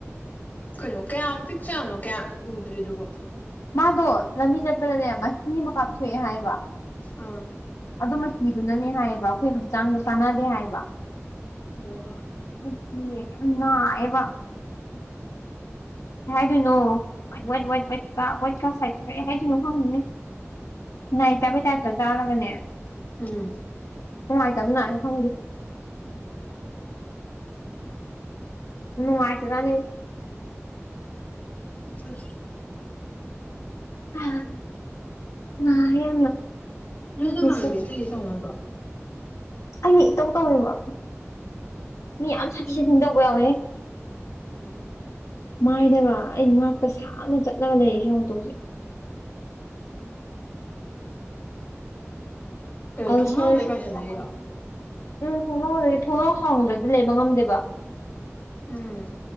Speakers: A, on the left; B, on the left.
A: ꯀꯩꯅꯣ ꯀꯌꯥꯝ ꯄꯤꯛ ꯆꯥꯅꯣ ꯀꯌꯥ ꯎꯗ꯭ꯔꯤꯗꯨꯕ
B: ꯃꯥꯗꯣ ꯂꯝꯕꯤ ꯆꯠꯄꯗꯅꯦ ꯃꯍꯤ ꯑꯃ ꯀꯥꯞꯊꯣꯛꯑꯦ ꯍꯥꯏꯌꯦꯕ
A: ꯑꯥ
B: ꯑꯗꯨ ꯃꯍꯤꯗꯨꯅꯅꯦ ꯍꯥꯏꯌꯦꯕ ꯑꯩꯈꯣꯏ ꯍꯛꯆꯥꯡꯗ ꯆꯥꯟꯅꯗꯦ ꯍꯥꯏꯕ
A: ꯑꯣ ꯑꯥ
B: <unintelligible> ꯌꯥꯝ ꯅꯥꯏꯌꯦꯕ ꯍꯥꯏꯗꯨꯅꯣ ꯋꯥꯏꯇ ꯋꯥꯏꯇ ꯋꯥꯏꯇ ꯀꯥ ꯋꯥꯏꯀꯁꯇ <unintelligible> ꯑꯩ ꯍꯥꯏꯗꯨꯅ ꯈꯡꯗꯦꯅꯦ ꯅꯥꯏ ꯆꯥꯕꯩ ꯇꯥꯏꯞꯇ ꯆꯥꯔꯒꯅꯦ
A: ꯎꯝ
B: ꯅꯨꯡꯉꯥꯏꯇꯕꯅ ꯅꯥꯔꯦ ꯈꯪꯗꯦ ꯅꯨꯡꯉꯥꯏꯇꯖꯥꯠꯅꯤ
A: ꯑꯁ <unintelligible>
B: ꯑꯧ ꯅꯥꯏꯌꯦ ꯌꯥꯝꯅ
A: ꯅꯣꯏ
B: ꯑꯩꯒꯤꯁꯦ
A: ꯅꯃꯥꯟꯅꯕꯤ ꯑꯇꯩꯗꯤ ꯇꯧꯅꯗ꯭ꯔꯣ
B: ꯑꯩꯅ ꯏꯇꯧ ꯇꯧꯋꯦꯕ ꯃꯤ ꯌꯥꯝ ꯁꯥꯊꯤ
A: ꯇꯤꯟ
B: ꯁꯥꯊꯤꯅ ꯇꯧꯕ ꯌꯥꯎꯋꯦꯍꯦ
A: ꯎꯝ
B: ꯃꯥꯏꯗꯒ ꯑꯩ ꯉꯥꯛꯇ ꯁꯥꯡꯅ ꯆꯠꯂꯒ ꯂꯩꯔꯤꯁꯤ ꯌꯦꯡꯉꯨꯇꯣ ꯍꯧꯖꯤꯛ
A: ꯀꯩꯅꯣ
B: ꯑꯜꯁꯔꯁꯨ
A: ꯊꯣꯡꯅꯥꯎꯗꯩ ꯄꯥꯏꯁꯜꯂꯛꯏꯔꯣ
B: <unintelligible> ꯊꯣꯡꯅꯥꯎ ꯍꯥꯡꯗ꯭ꯔꯗꯤ ꯂꯩꯕ ꯉꯝꯗꯦꯕ
A: ꯎꯝ